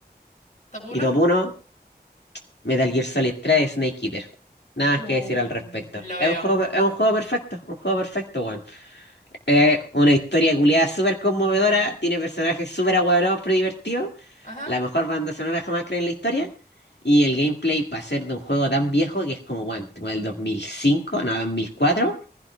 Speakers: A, on the left; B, on the left.
A: Top uno
B: Y top uno Metal Gear Solid 3 Snake Eater. Nada
A: Mm,
B: más que decir al respecto.
A: Lo veo.
B: Es un juego, es un juego perfecto, un juego perfecto, weón. Es una historia culiada súper conmovedora, tiene personajes súper ahueonados pero divertidos,
A: Ajá.
B: la mejor banda sonora jamás creada en la historia, y el gameplay para ser de un juego tan viejo que es como, weón, como el 2005, no, 2004,